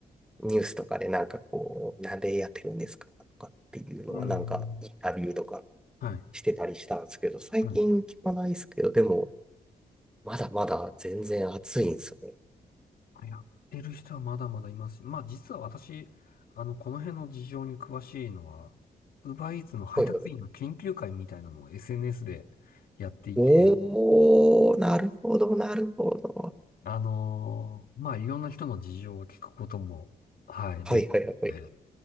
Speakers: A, in the centre; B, on the left (about 75°).
A: う、ニュースとかでなんかこう、なんでやってるんですかとかっていうのはなんかインタビューとか
B: うん、はい、
A: してたりしたんですけど、最近聞かないですけど、
B: は
A: でも、まだまだ全然暑いんですよね。
B: い。やってる人はまだまだいますし、まあ実は私、あの、この辺の事情に詳しいのは、ウーバーイーツの配達員の研究会みたいなのを
A: はいはいはい。
B: SNS でやっていて、
A: おー、なるほど、なるほど。
B: あのーまあいろんな人の事情を聞くことも、はい、で、
A: はいはいはいはい。
B: で、